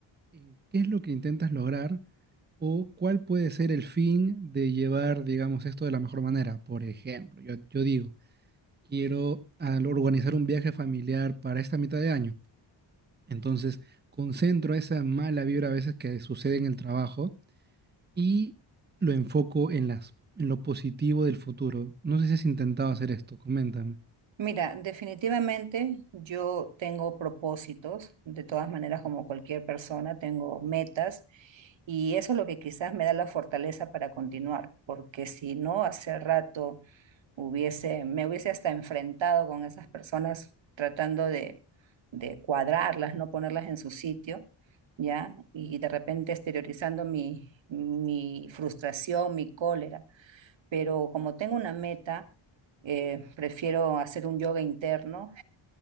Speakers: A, on the right; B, on the right.
A: en qué es lo que intentas lograr o cuál puede ser el fin de llevar, digamos, esto de la mejor manera. Por ejemplo, yo, yo digo, quiero al organizar un viaje familiar para esta mitad de año. Entonces, concentro esa mala vibra a veces que sucede en el trabajo y lo enfoco en las, en lo positivo del futuro. No sé si has intentado hacer esto, coméntame.
B: Mira, definitivamente yo tengo propósitos, de todas maneras, como cualquier persona, tengo metas y eso es lo que quizás me da la fortaleza para continuar, porque si no, hace rato hubiese, me hubiese hasta enfrentado con esas personas tratando de, de cuadrarlas, no ponerlas en su sitio, ¿ya? Y de repente exteriorizando mi, mi frustración, mi cólera pero como tengo una meta, eh, prefiero hacer un yoga interno,